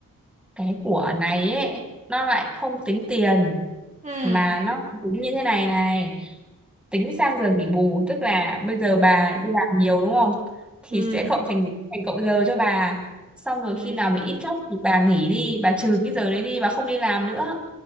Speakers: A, in the centre; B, on the right.
A: cái của này ấy nó lại không tính tiền
B: Ừ
A: mà nó tính như thế này này tính sang giờ nghỉ bù tức là bây giờ bà đi làm nhiều đúng không thì
B: Ừ
A: sẽ cộng thành thành cộng giờ cho bà xong rồi
B: Ừ
A: khi nào mà ít khóc thì bà nghỉ đi bà trừ cái giờ đấy đi bà không đi làm nữa